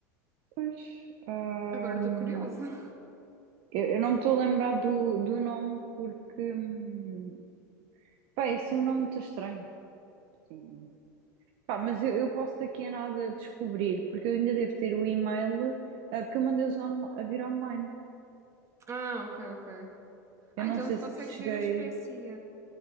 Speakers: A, on the right; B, on the right.
A: Pois, ahm,
B: Agora estou curiosa. <laughs>
A: eu, eu não me estou a lembrar do, do nome porque, hum, pá, é assim um nome muito estranho. Sim. Pá, mas eu, eu posso daqui a nada descobrir, porque eu ainda devo ter o e-mail, eh, porque eu mandei-os on- a vir online.
B: Ah, ok, ok. Ah,
A: Eu não
B: então
A: sei
B: tu consegues
A: se te cheguei.
B: ver a espécie.